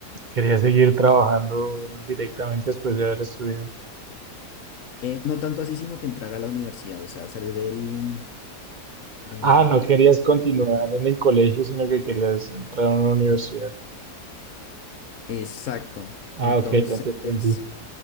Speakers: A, on the right; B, on the left.
A: Quería seguir trabajando directamente después de haber estudiado.
B: Eh, no tanto así, sino que entrar a la universidad, o sea, salir del, del,
A: Ah, no querías
B: del colegio.
A: continuar en el colegio, sino que querías entrar a una universidad.
B: Exacto.
A: Ah,
B: Entonces,
A: ok, ya te entendí.